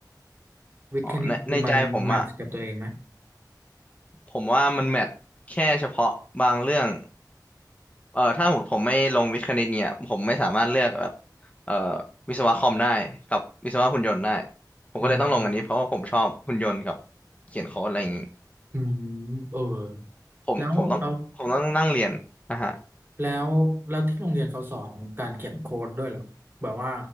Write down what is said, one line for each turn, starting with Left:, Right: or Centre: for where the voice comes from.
Right: วิทย์คณิตคือมันแมทช์กับตัวเองไหม
Left: อ๋อในในใจผมอ่ะ ผมว่ามันแมทแค่เฉพาะบางเรื่องเอ่อถ้าผมไม่ลงวิทย์คณิตเนี่ยผมไม่สามารถเลือกแบบเอ่อวิศวะคอมได้กับวิศวะหุ่นยนต์ได้ผมก็เลยต้องลงอันนี้เพราะว่าผมชอบหุ่นยนต์กับ
Right: อืม
Left: เขียนโค้ดอะไรอย่างนี้
Right: อืมเออ
Left: ผมผมต้องผมต้องนั่งเรียนนะฮะ
Right: แล้วเราแล้วแล้วที่โรงเรียนเขาสอนการเขียนโค้ดด้วยเหรอแบบว่า